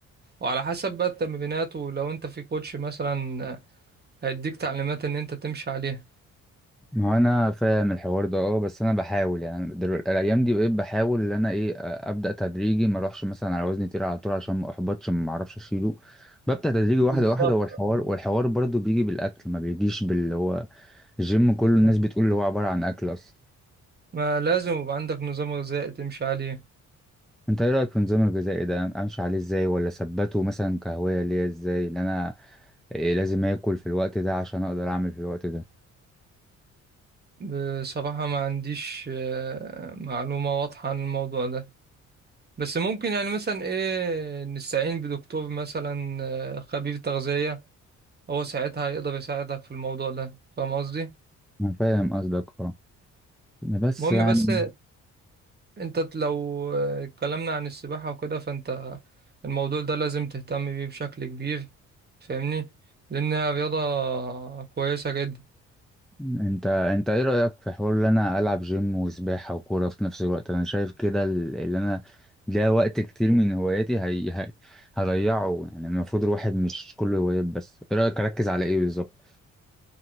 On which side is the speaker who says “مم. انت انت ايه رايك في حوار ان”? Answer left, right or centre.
Centre